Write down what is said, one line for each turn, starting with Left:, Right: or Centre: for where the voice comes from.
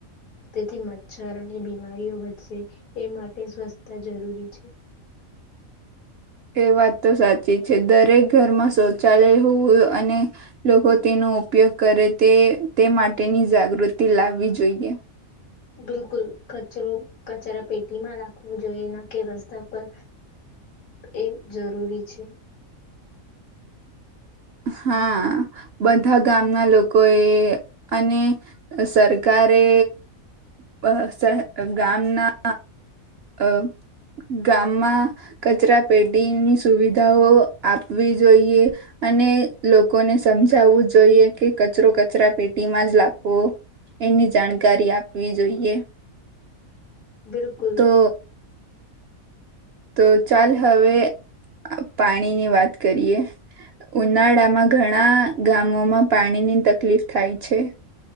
Left: તેથી મચ્છર અને બીમારીઓ વધશે એ માટે સ્વચ્છતા જરૂરી છે.
Right: એ વાત તો સાચી છે દરેક ઘરમાં શૌચાલય હોય અને લોકો તેનો ઉપયોગ કરે તે તે માટેની જાગૃતિ લાવવી જોઈએ.
Left: બિલકુલ કચરો કચરા પેટીમાં રાખવું જોઈએ ના કે રસ્તા પર એ જરૂરી છે.
Right: હા બધા ગામના લોકોએ અને સરકારે બ સ ગામના અ ગામમાં કચરા પેટીની સુવિધાઓ આપવી જોઈએ. અને લોકોને સમજાવવું જોઈએ કે કચરો કચરા પેટીમાં જ લખવો એની જાણકારી આપવી જોઈએ.
Left: બિલકુલ.
Right: તો તો ચાલ હવે પાણીની વાત કરીએ ઉનાળામાં ઘણા ગામોમાં પાણીની તકલીફ થાય છે.